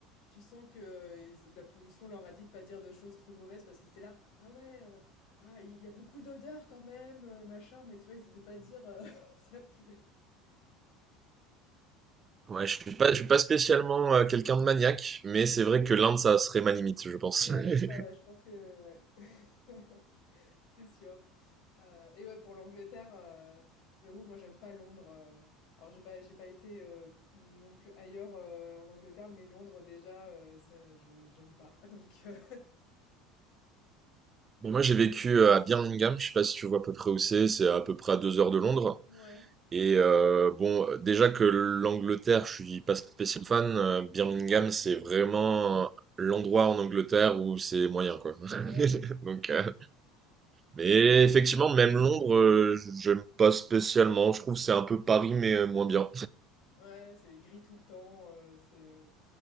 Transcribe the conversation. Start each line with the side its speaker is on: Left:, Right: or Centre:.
Left: tu sens que euh, ils- la production leur a dit de pas dire de choses trop mauvaises parce qu'ils étaient là, ah ouais, euh, ah il y a beaucoup d'odeurs quand même, euh, machin, mais tu vois, ils osaient pas dire euh, <laughs> ça pue.
Right: Ouais, je suis pas, je suis pas spécialement euh, quelqu'un de maniaque, mais c'est vrai que l'Inde, ça serait ma limite, je pense.
Left: Ouais,
Right: <laughs>
Left: c'est ça, ouais, je pense que ouais, <laughs> c'est sûr. Euh, et ouais, pour l'Angleterre, euh, j'avoue, moi j'aime pas Londres. euh. alors j'ai pas, j'ai pas été euh, non plus ailleurs euh, en Angleterre, mais Londres déjà, euh, ça, je j'aime pas. <laughs> Donc euh,
Right: Bon, moi, j'ai vécu euh, à Birmingham, je sais pas si tu vois à peu près où c'est, c'est à peu près à deux heures de Londres.
Left: Ouais.
Right: Et euh, bon, déjà que l'Angleterre, je suis pas spécialement fan. euh, Birmingham, c'est vraiment l'endroit en Angleterre où c'est moyen, quoi. <laughs>
Left: Ah ouais.
Right: Donc, euh, mais effectivement, même Londres, euh, j'aime pas spécialement. Je trouve que c'est un peu Paris, mais euh, moins bien.
Left: Ouais, c'est gris tout le temps, heu, c'est, heu,